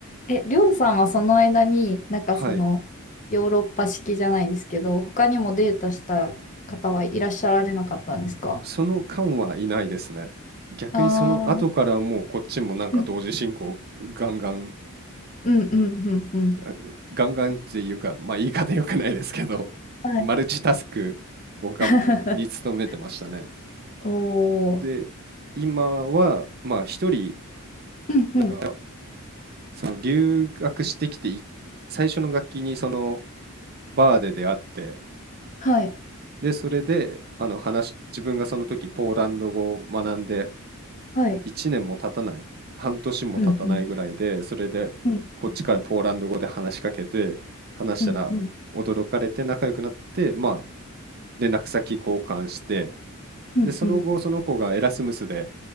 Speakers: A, on the left; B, on the right.
A: え、りょうさんはその間に、なんかその、
B: はい。
A: ヨーロッパ式じゃないですけど、他にもデートした方はいらっしゃられなかったんですか
B: その間はいないですね。逆にその後からもうこっちもなんか同時進行ガンガン、
A: ああー、うん、うんうんうんうん。
B: あガンガンっていうか、まあ言い方良くないですけど、
A: はい
B: マルチタスクをがんに努めてましたね。
A: <laughs> お
B: で、
A: ー、
B: 今はまあ一人、
A: うんうん。
B: が、その留学してきてい、最初の楽器にそのバーで出会って、
A: はい、
B: で、それで、あの、話し自分がその時ポーランド語を学んで
A: はい。
B: 1年も経たない、半年も経たないぐらいで、
A: うん
B: それでこっちからポーランド語で話しかけて、
A: うんうん
B: 話したら驚かれて仲良くなって、
A: うん
B: まあ、連絡先交換して、
A: うんうん
B: で、その後、その子がエラスムスで、